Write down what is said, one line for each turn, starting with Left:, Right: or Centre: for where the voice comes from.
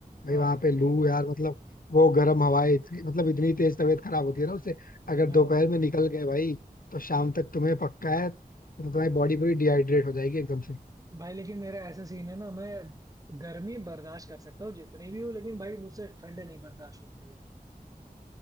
Left: भाई
Right: हाँ
Left: वहां पे लू यार मतलब वो गर्म हवाएं इतनी मतलब इतनी तेज तबीयत खराब होती है ना उससे अगर
Right: हाँ
Left: दोपहर में निकल गए भाई तो शाम तक तुम्हें पक्का है तो तुम्हारी बॉडी पूरी डिहाइड्रेट हो जाएगी एकदम से
Right: भाई लेकिन मेरा ऐसा सीन है ना मैं गर्मी बर्दाश्त कर सकता हूँ जितनी भी हो लेकिन भाई मुझसे ठंड नहीं बर्दाश्त होती है